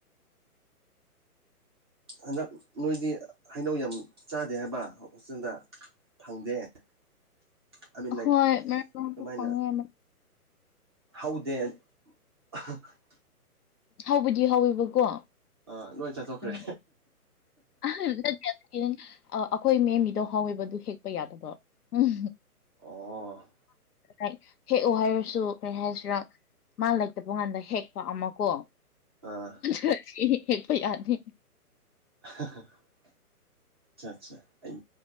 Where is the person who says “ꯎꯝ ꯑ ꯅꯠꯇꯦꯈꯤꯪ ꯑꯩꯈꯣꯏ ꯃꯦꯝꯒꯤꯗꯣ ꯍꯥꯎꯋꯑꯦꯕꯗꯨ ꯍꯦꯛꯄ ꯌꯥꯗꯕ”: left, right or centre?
Left